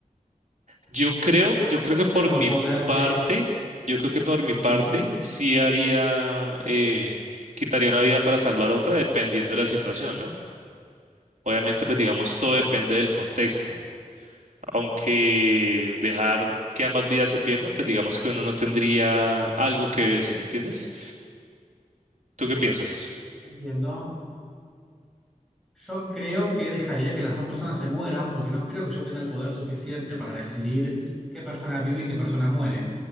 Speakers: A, on the right (about 60°); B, in the centre.
A: Yo creo, yo
B: Y yo
A: creo
B: no
A: que por
B: tengo
A: mi
B: el poder
A: parte,
B: de...
A: yo creo que por mi
B: Sí,
A: parte sí haría, eh, quitaría una vida para salvar otra dependiendo de la situación, ¿no? Obviamente, pues digamos, todo depende del contexto. aunque dejar que ambas vidas se pierdan, pues digamos que uno no tendría algo que ver, ¿sí me entiendes? ¿Tú qué piensas?
B: entiendo. Yo creo que dejaría que las dos personas se mueran porque no creo que yo tenga el poder suficiente para decidir qué persona vive y qué persona muere.